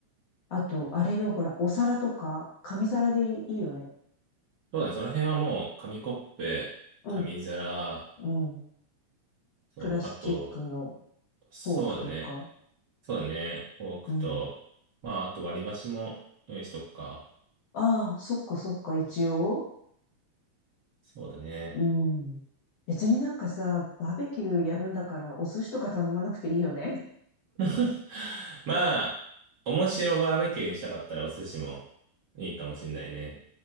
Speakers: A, on the left; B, on the right.
A: あと、あれよ、ほら、お皿とか、紙皿でいいよね。
B: そうだね。その辺はもう、紙コップ、
A: うん。
B: 紙皿、
A: うん。
B: そう、
A: プラスチックの
B: あと、そうだね。
A: フォークとか。
B: そうだね。フォークと、
A: うん。
B: まあ、あと割り箸も用意しとくか。
A: ああ、そっかそっか、一応。
B: そうだね。
A: うん。別になんかさ、バーベキューやるんだからお寿司とか頼まなくていいよね。
B: <sighs> まあ、面白バーベキューにしたかったらお寿司もいいかもしんないね。